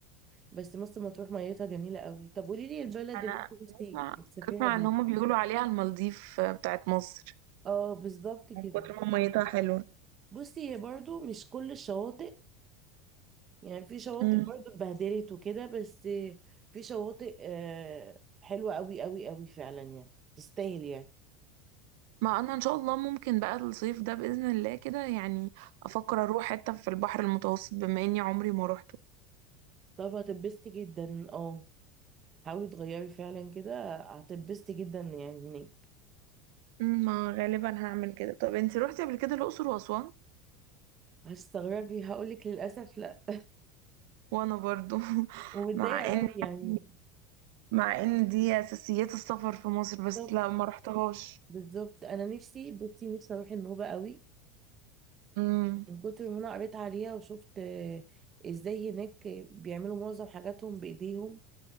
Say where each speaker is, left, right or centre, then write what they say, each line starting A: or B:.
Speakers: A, on the right; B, on the right.
A: بس مرسى مطروح ميتها جميلة قوي طب قولي لي البلد
B: أنا
A: اللي انت نفسك
B: بسمع
A: تسافريها
B: بسمع
A: بقى
B: إن هما بيقولوا عليها المالديف بتاعت مصر
A: اه بالظبط
B: من
A: كده
B: كتر ما ميتها حلوة
A: بصي هي برضو مش كل الشواطئ يعني في شواطئ
B: مم.
A: برضو اتبهدلت وكده بس في شواطئ آه، حلوة قوي قوي قوي فعلا يعني تستاهل يعني
B: ما أنا إن شاء الله ممكن بقى الصيف ده بإذن الله كده يعني أفكر أروح حتة في البحر المتوسط بما إني عمري ما روحته
A: طب هتتبسطي جدا اه حاولي تغيري فعلا كده هتتبسطي جدا يعني هناك
B: مم، ما غالبا هعمل كده طب انتي روحتي قبل كده الأقصر وأسوان
A: هتستغربي هقولك للأسف لا
B: وأنا برضو <laughs>
A: ومتضايقة
B: مع إن
A: قوي يعني
B: يعني مع ان دي اساسيات السفر في مصر بس
A: بالظبط
B: لا ما رحتهاش
A: بالظبط أنا نفسي بصي نفسي أروح النوبة قوي
B: امم
A: من كتر ما أنا قريت عليها وشفت آه، إزاي هناك بيعملوا معظم حاجاتهم بإيديهم